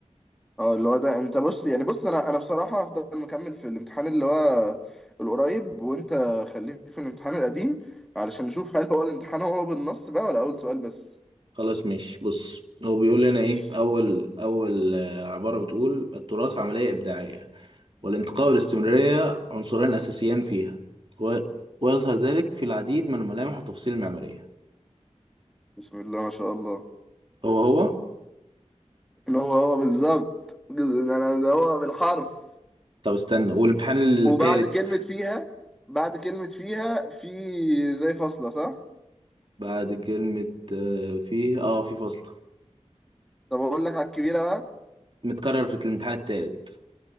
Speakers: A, in the centre; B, on the right (about 45°).
A: اه اللي هو ده انت بص يعني بص انا انا بصراحة هفضل مكمل في الامتحان اللي هو القريب وانت خليك في الامتحان القديم علشان نشوف هل هو الامتحان هو بالنص بقى ولا اول سؤال بس
B: خلاص مش بص هو بيقول هنا
A: ماشي
B: ايه اول اول آه، عبارة بتقول التراث عملية إبداعية والانتقاء والاستمرارية عنصران أساسيان فيها و... ويظهر ذلك في العديد من الملامح والتفاصيل المعمارية
A: بسم الله ما شاء الله
B: هو هو
A: إن هو هو بالظبط جز- انا ده هو بالحرف
B: طب استنى والامتحان التالت
A: وبعد كلمة فيها بعد كلمة فيها في زي فاصلة صح؟
B: بعد كلمة آه، فيه اه في فصل
A: طب أقول لك على الكبيرة بقى
B: متكرر في الامتحان التالت